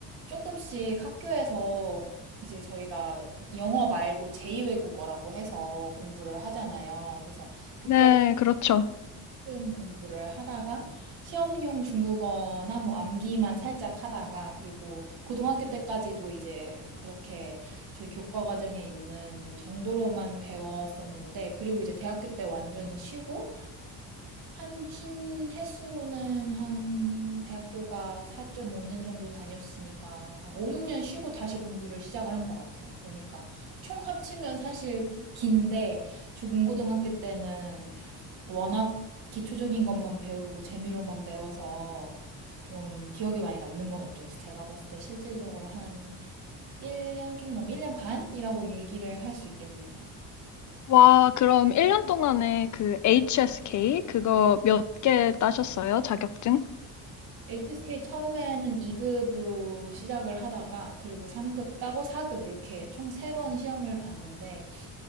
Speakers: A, on the right; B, on the left.
A: 조금씩 학교에서 이제 저희가 영어 말고 제2외국어라고 해서 공부를 하잖아요. 그래서 그때
B: 네, 그렇죠.
A: 조금 공부를 하다가 시험용 중국어나 뭐 암기만 살짝 하다가 그리고 고등학교 때까지도 이제 그렇게 저희 교과 과정에 있는 정도로만 배웠었는데 그리고 이제 대학교 때 완전히 쉬고 한 신횟수로는 한 대학교가 4.5년 정도 다녔으니까 한 5, 6년 쉬고 다시 공부를 시작을 한 것 같아요. 그러니까 총 합치면 사실 긴데 중고등학교 때는 워낙 기초적인 것만 배우고 재미로만 배워서 좀 기억에 많이 남는 건 없죠. 그래서 제가 봤을 때 실질적으로 한 1년 좀 넘게, 1년 반이라고 얘기를 할 수 있겠네요.
B: 와, 그럼 1년 동안에 그 HSK 그거 몇 개 따셨어요, 자격증?
A: HSK 처음에는 2급으로 시작을 하다가 그리고 3급 따고 4급 이렇게 총 3번 시험을 봤는데